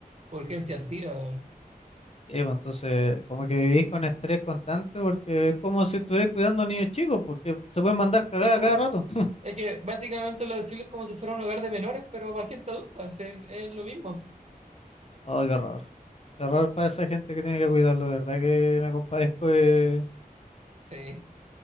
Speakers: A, on the right; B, on the left.
A: urgencia al tiro.
B: Y bueno, entonces, como que vivís con estrés constante porque es como si estuvieras cuidando a niños chicos, porque se pueden mandar cagadas
A: Sí, po.
B: cada rato.
A: Es que básicamente los asilos es como si fuera un hogar de menores, pero para gente adulta, sí, es lo mismo.
B: Oh, qué horror. Qué horror para esa gente que tiene que cuidarlo, de verdad que me compadezco de,
A: Sí,